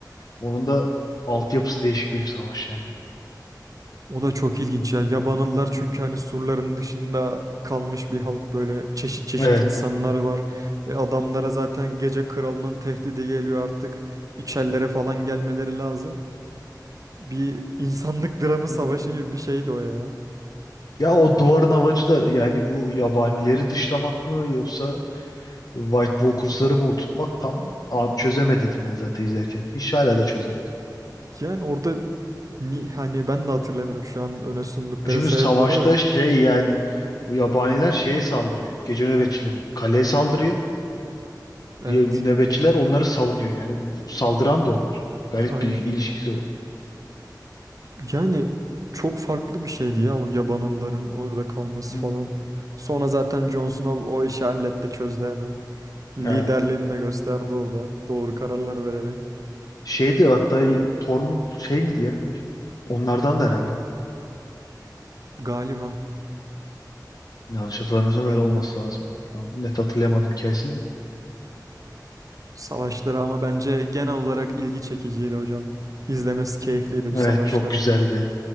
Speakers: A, on the left (about 60°); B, on the right (about 50°).
A: Onun da altyapısı değişik bir savaş yani.
B: O da çok ilginç ya. Yabanıllar çünkü hani surların dışında kalmış bir halk böyle çeşit çeşit
A: Evet.
B: insanlar var. Ve adamlara zaten gece kralının tehdidi geliyor artık. İçerilere falan gelmeleri lazım. Bir insanlık <laughs> dramı savaşı
A: Hmm.
B: gibi bir şeydi o ya.
A: Ya o duvarın amacı da yani bu yabanileri dışlamak mı yoksa White Walkers'ları mı oturtmak tam a- çözemediydim ben zaten izlerken. Hiç hala da çözemedim.
B: Yani orada ni- hani ben de hatırlamıyorum şu an öne sundukları
A: Çünkü
B: sebepleri
A: savaşta
B: de.
A: şey yani o yabaniler şeye saldırıyor. Gece nöbetçilerinin kaleye saldırıyor.
B: Evet.
A: Diye bir nöbetçiler onları savunuyor. Yani bu saldıran da onlar. Garip
B: Aynen.
A: bir ilişkisi o.
B: Yani çok farklı bir şeydi ya o yabanılların orada kalması
A: Hmm.
B: falan. Sonra zaten Jon Snow o işi halletti çözdü hemen. Liderliğini
A: Aynen.
B: de gösterdi orada doğru kararlar vererek.
A: Şeydi hatta Tormund şey miydi ya? Onlardan da herhalde.
B: Galiba
A: Yanlış hatırlamıyorsam öyle olması lazım. Tam net hatırlayamadım hikayesini. de.
B: savaşları ama bence genel olarak ilgi çekiciydi hocam. İzlemesi keyifliydi bu
A: Evet
B: savaşların.
A: çok güzeldi.